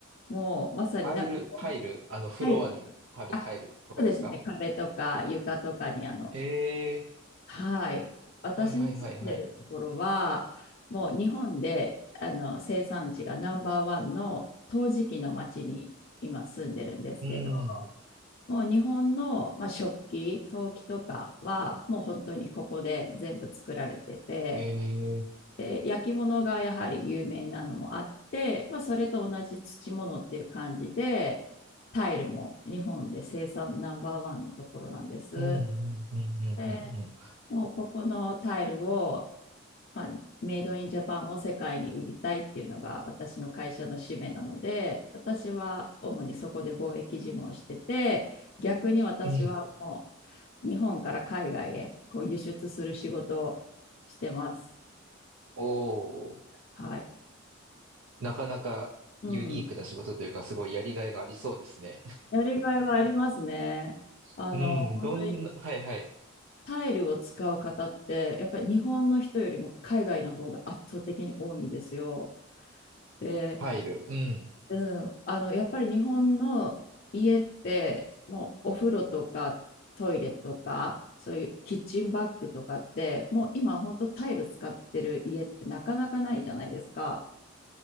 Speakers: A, on the left; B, on the right.
A: もうまさになんか
B: タイル、タイル、あの、フロアに貼るタイルとかですか
A: タイル、あ、そうですね、壁とか床とかにあの、
B: ええ
A: はい、私の住んでるところは、
B: ー、はいはいはいはい。
A: もう日本であの生産地がナンバーワンの陶磁器の町に今住んでるんですけど、
B: うん、
A: もう日本の、まあ、食器、陶器とかはもう本当にここで全部作られてて、
B: ええ
A: で焼き物がやはり有名なのもあって、まあ、それと同じ土物っていう感じでタイルも日本で生産ナンバーワンのところなんです。
B: ー、うん、うん、うん、
A: で
B: うん、うん、
A: もうここのタイルを、まあ、メイドインジャパンを世界に売りたいっていうのが私の会社の使命なので私は主にそこで貿易事務をしてて逆に私はも
B: うん。うん
A: う日本から海外へこう輸出する仕事をしてます。
B: おー、
A: はい、
B: なかなかユニークな仕事というか、
A: うん
B: すごいやりがいがありそうですね。
A: やりがいはありますね。
B: <laughs>
A: あの、
B: うん、
A: 本当に
B: どんな、はいはい。
A: タイルを使う方って、やっぱり日本の人よりも海外の方が圧倒的に多いんですよ。で、
B: タイル、うん。
A: うん、あの、やっぱり日本の家って、もうお風呂とかトイレとか、そういうキッチンバッグとかって、もう今本当タイル使ってる家ってなかなかないじゃないですか。